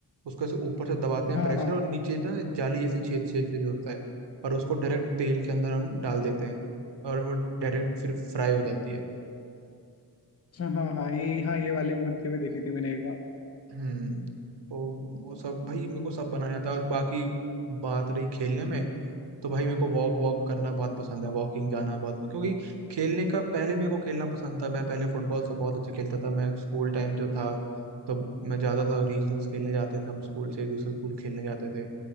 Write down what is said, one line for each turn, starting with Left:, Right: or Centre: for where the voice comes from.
Right: उसको ऐसे ऊपर से दबाते हैं
Left: हाँ
Right: प्रेशर
Left: हाँ
Right: और नीचे ना जाली जैसी छेद छेद छेद होता है और उसको डायरेक्ट तेल के अंदर हम डाल देते हैं और वो डायरेक्ट फिर फ्राई हो जाती है
Left: अच्छा हाँ हाँ ये हाँ ये वाली भी बनते हुए देखी थी मैंने एक बार
Right: हम्म तो वो सब भाई मेरे को सब बनाने आता है और बाकी बात रही खेलने में तो भाई मेरे को वॉक वॉक करना बहुत पसंद है वॉकिंग जाना बहुत क्योंकि खेलने का पहले मेरे को खेलना पसंद था मैं पहले फुटबॉल से बहुत अच्छा खेलता था मैं स्कूल टाइम जो था तो मैं जाता था रीजनल्स खेलने जाते थे हम स्कूल से दूसरे स्कूल खेलने जाते थे